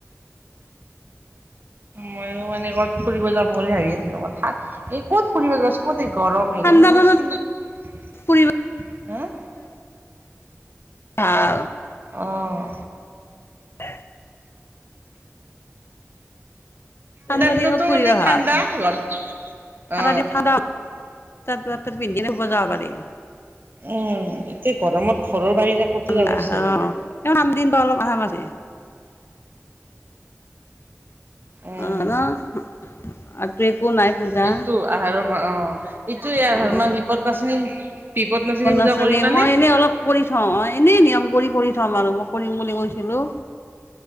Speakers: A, on the right; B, on the left.
A: মইয়ো মানে ক'ত ফুৰিব যাম বুলি ভাবি আছিলোঁ হঠাৎ এই ক'ত ফুৰিব যাম চবতে গৰম। <unintelligible>
B: ঠাণ্ডা দিনত ফুৰিব
A: হা অ',
B: ভাল
A: অ'।
B: <unintelligible> ঠাণ্ডা
A: দিনতো
B: দিনত ফুৰিব
A: মানে
B: ভাল,
A: ঠাণ্ডা গল
B: ঠাণ্ডা
A: অ
B: দিন ঠাণ্ডা <unintelligible> পিন্ধি যাব পাৰি।
A: উম, এতিয়া গৰমত ঘৰৰ বাহিৰে ক'তো
B: ঠাণ্ডা
A: যাব ইচ্ছা
B: অ',
A: নাযায়
B: তেওঁ <unintelligible> অলপ <unintelligible>
A: উম
B: অ', ন', আজিটো একো নাই পূজা
A: এইটো আহাৰৰ পৰা অ'। এইটোৱে এইয়া
B: অ'
A: ধৰ্মাৰ বিপদ নাচিনী, বিপদ নাচিনী
B: নাচনী
A: পূজা কৰিবানে?
B: মই এনেই অলপ কৰি থওঁ অ', এনেই নিয়ম কৰি কৰি থম আৰু মই কৰিম বুলি কৈছিলোঁ